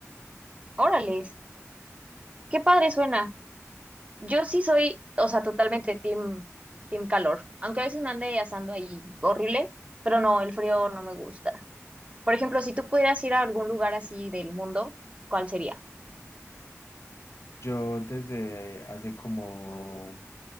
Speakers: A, on the right (about 25°); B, on the left (about 60°).
A: órales, qué padre suena. Yo sí soy, o sea, totalmente team, team calor. Aunque a veces me ande asando ahí horrible, pero no, el frío no me gusta. Por ejemplo, si tú pudieras ir a algún lugar así del mundo, ¿cuál sería?
B: Yo desde hace como